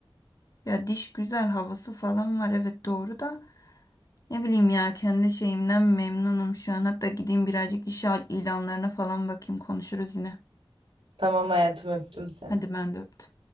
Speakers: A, on the left (about 40°); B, on the right (about 75°).
A: Ya diş güzel havası falan var evet doğru da. Ne bileyim ya kendi şeyimden memnunum şu an. Hatta gideyim birazcık iş ilanlarına falan bakayım konuşuruz yine.
B: Tamam hayatım öptüm seni.
A: Hadi ben de öptüm.